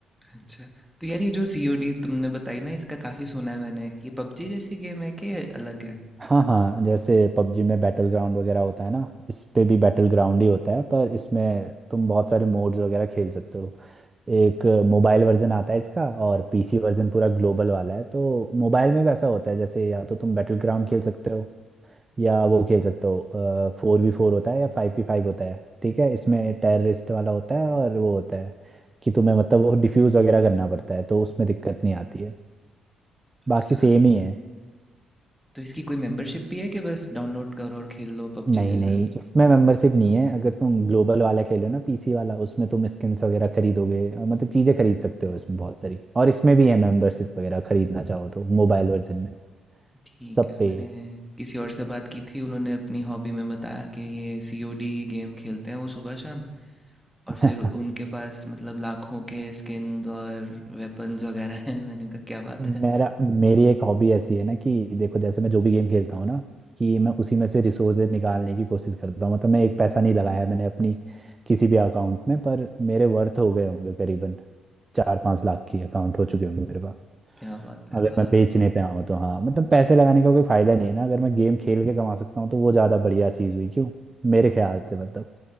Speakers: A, in the centre; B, on the right.
A: अच्छा, तो यार ये जो सीओडी तुमने बताई ना इसका काफ़ी सुना है मैंने, ये पबजी जैसी गेम है कि अलग है?
B: हाँ हाँ जैसे पबजी में बैटल ग्राउंड वगैरह होता है ना इस पे भी बैटल ग्राउंड ही होता है पर इसमें तुम बहुत सारे मोड्स वगैरह खेल सकते हो एक मोबाइल वर्जन आता है इसका और पीसी वर्जन पूरा ग्लोबल वाला है तो मोबाइल में वैसा होता है जैसे या तो तुम बैटल ग्राउंड खेल सकते हो या वो खेल सकते हो फोर वी फोर होता है या फाइव वी फाइव होता है ठीक है इसमें टेररिस्ट वाला होता है और वो होता है कि तुम्हें मतलब वो डिफ्यूज वगैरह करना पड़ता है तो उसमें दिक्कत नहीं आती है
A: अच्छा,
B: बाकी सेम ही है
A: तो इसकी कोई मेंबरशिप भी है कि बस डाउनलोड करो और खेल लो पबजी
B: नहीं
A: जैसा?
B: नहीं इसमें मेंबरशिप नहीं है अगर तुम ग्लोबल वाला खेलो ना पीसी वाला उसमें तुम स्किन्स वगैरह खरीदोगे और मतलब चीज़ें खरीद सकते हो इसमें बहुत सारी और इसमें भी है मेंबरशिप वगैरह खरीदना चाहो तो मोबाइल वर्जन में
A: ठीक
B: सब
A: है,
B: पे
A: मैंने किसी और से बात की थी, उन्होंने अपनी हॉबी में बताया कि ये सीओडी गेम खेलते हैं वो सुबह शाम और फिर
B: है। <laughs>
A: उनके पास मतलब लाखों के स्किन्स और वेपन्स वगैरह हैं। <laughs> मैंने कहा क्या बात
B: मेरा
A: है,
B: मेरी एक हॉबी ऐसी है ना कि देखो जैसे मैं जो भी गेम खेलता हूँ ना कि मैं उसी में से रिसोर्सेज निकालने की कोशिश करता हूँ मतलब मैं एक पैसा नहीं लगाया है मैंने अपनी किसी भी अकाउंट में पर मेरे वर्थ हो गए होंगे करीबन चार पाँच लाख की अकाउंट हो चुके होंगे मेरे पास
A: क्या बात है,
B: अगर
A: वाह!
B: मैं बेचने पे आऊँ तो हाँ मतलब पैसे लगाने का कोई फायदा नहीं है ना अगर मैं गेम खेल के कमा सकता हूँ तो वो ज़्यादा बढ़िया चीज़ हुई क्यों मेरे ख्याल से मतलब